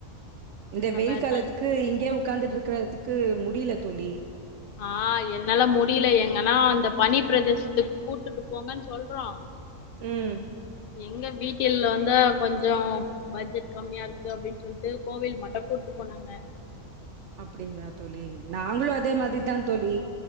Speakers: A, on the right (about 70°); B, on the left (about 55°).
A: இந்த
B: நம்ம
A: வெயில் காலத்துக்கு
B: தனி
A: இங்கியே உட்கார்ந்துட்ருக்கதுக்கு முடில தோழி
B: ஆ என்னால முடில எங்கன்னா அந்த பனி பிரதேசத்துக் கூட்டுட்டு போங்கன் சொல்றோ
A: ம்
B: எங்க வீட்டில் வந்து கொஞ்சோ பட்ஜெட் கம்மியா இருக்கு அப்டின் சொல்ட்டு கோவில் மட்டு கூட்டு போனாங்க
A: அப்படிங்களா தோழி நாங்களு அதே மாதிர்தா தோழி